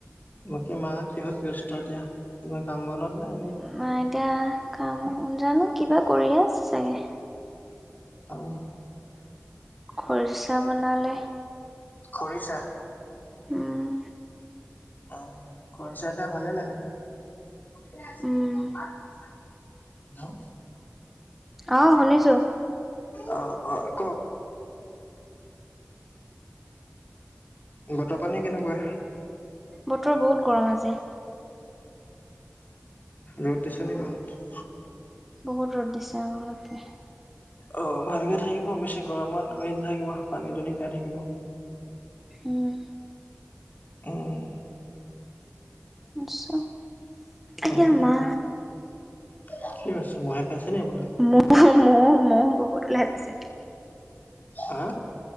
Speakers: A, on the left (about 40°); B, in the centre.
A: বাকী মা কিহত ব্যস্ত এতিয়া? কিবা কাম বনত নে এনেই?
B: উম এতিয়া কাম জানো কিবা কৰিয়ে আছে চাগে।
A: অ।
B: খৰিচা বনালে?
A: খৰিছা?
B: উম।
A: আহ খৰিচাই খাই ভালেই লাগে। হেল্ল!
B: উম অহ শুনিছো।
A: অ অ কওক? বতৰ পানী কেনেকুৱা?
B: বতৰ বহুত গৰম আছে।
A: ৰ'দ দিছে নি বহুত?
B: বহুত ৰ'দ দিছে আৰু তে।
A: অ ভালকে থাকিব, বেছি গৰমত গৈ নাথাকিব পানী দুনি খাই থাকিব।
B: উম।
A: উম।
B: আচ্ছা, ইচ
A: উম
B: আয়ামা।
A: কি কৰিছ মহে খাইছে নি আপোনাক?
B: মহ মহ মহ বহুত ওলাই আছে।
A: হা!